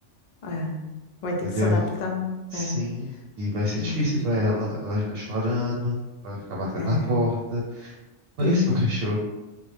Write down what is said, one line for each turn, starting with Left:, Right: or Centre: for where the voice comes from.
Left: É. Vai ter
Right: entendeu?
Left: que se adaptar, né?
Right: Sim,
Left: É,
Right: e vai ser
Left: de
Right: difícil
Left: repente.
Right: pra ela. Ela vai ficar chorando, ela vai ficar batendo
Left: É.
Right: na porta. Mas
Left: P-
Right: esse é o cachorro.